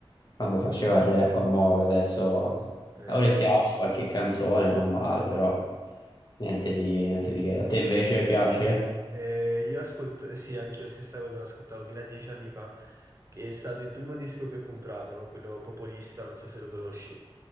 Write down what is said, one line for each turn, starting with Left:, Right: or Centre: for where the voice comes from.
Left: quando faceva il rap a moda, adesso
Right: eh,
Left: orecchiato qualche canzone, non male,
Right: sì.
Left: però niente di, niente di che. A te invece piace?
Right: Eh, io ascolto, sì, anche io stessa cosa l'ascoltavo fino a dieci anni fa, che è stato il primo disco che ho comprato, no? Quello Popolista, non so se lo conosci.